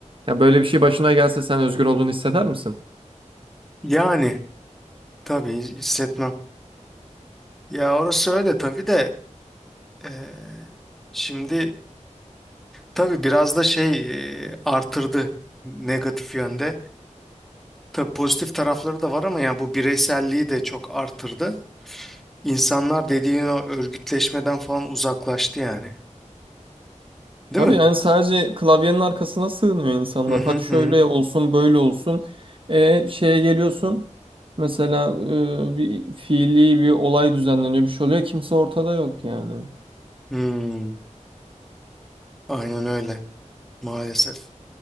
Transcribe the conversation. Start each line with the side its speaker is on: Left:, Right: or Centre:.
Right: Ya böyle bir şey başına gelse sen özgür olduğunu hisseder misin?
Centre: Yani tabii hissetmem. Ya orası öyle tabii de eee, şimdi Tabii biraz da şey e, artırdı negatif yönde. Tabii pozitif tarafları da var ama yani bu bireyselliği de çok artırdı. İnsanlar dediğin o örgütleşmeden falan uzaklaştı yani. Değil
Right: Tabii
Centre: mi?
Right: yani sadece klavyenin arkasına sığınıyor insanlar.
Centre: Hı hı
Right: Hadi
Centre: hı.
Right: şöyle
Centre: hı.
Right: olsun, böyle olsun. E, şeye geliyorsun. Mesela e, bir fiili bir olay düzenleniyor, bir şey oluyor. Kimse ortada yok yani.
Centre: Hmm, aynen öyle maalesef.